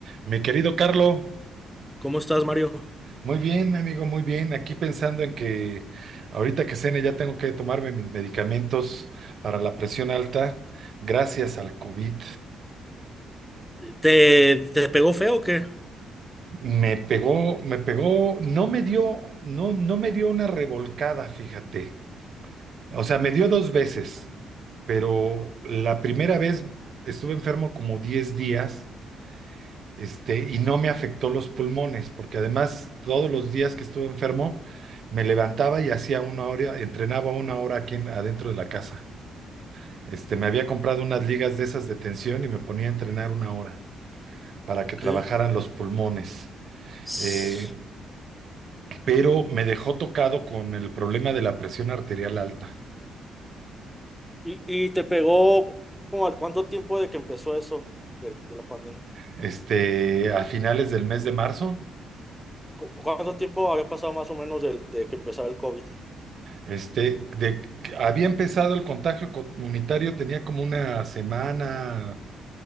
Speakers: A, on the right; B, in the centre.
A: Mi querido Carlo,
B: ¿Cómo estás, Mario?
A: muy bien, amigo, muy bien. Aquí pensando en que ahorita que cene ya tengo que tomarme mis medicamentos para la presión alta, gracias al COVID.
B: ¿Te, te pegó feo o qué?
A: Me pegó, me pegó, no me dio, no, no me dio una revolcada, fíjate. O sea, me dio dos veces, pero la primera vez estuve enfermo como 10 días este, y no me afectó los pulmones, porque además todos los días que estuve enfermo me levantaba y hacía una hora, entrenaba una hora aquí en- adentro de la casa. Este, me había comprado unas ligas de esas de tensión y me ponía a entrenar una hora para
B: Ok.
A: que trabajaran los pulmones.
B: S-
A: Eh, pero me dejó tocado con el problema de la presión arterial alta.
B: ¿Y, y te pegó como al cuánto tiempo de que empezó eso, del- de la pandemia?
A: Este, a finales del mes de marzo,
B: ¿Cu- ¿Cuánto tiempo había pasado más o menos del- de, que empezara el COVID?
A: este, de, había empezado el contagio comunitario, tenía como una semana,